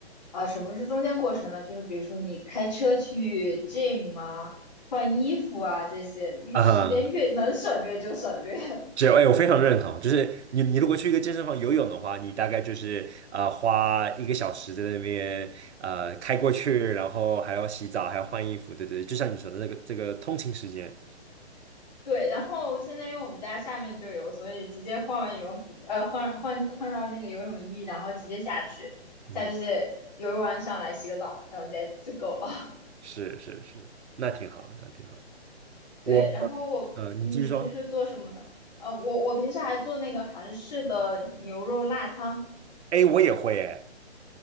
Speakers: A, on the left (about 40°); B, on the right (about 80°).
A: 啊，什么是中间过程呢？就是比如说你开车去 gym 啊，换衣服啊这些，越时间越能省略就省略。
B: 啊，
A: <laughs>
B: 只有哎，我非常认同，就是你你如果去一个健身房游泳的话，你大概就是啊、呃花一个小时在那边呃开过去，然后还要洗澡，还要换衣服，对对，就像你说的那个这个通勤时间，
A: 对，然后现在因为我们家下面就有，所以直接换完羽绒服，呃，换换换到那个游泳衣，然后直接下去，
B: 嗯，
A: 下去游泳完上来洗个澡，然后再就够了。
B: 是是是，那挺好的，那挺好的。
A: <laughs>
B: 我
A: 对，然后我，
B: 嗯、呃你继续说，
A: 嗯，你平时做什么呢？呃，我我平时还做那个韩式的牛肉辣汤
B: 哎，我也会哎，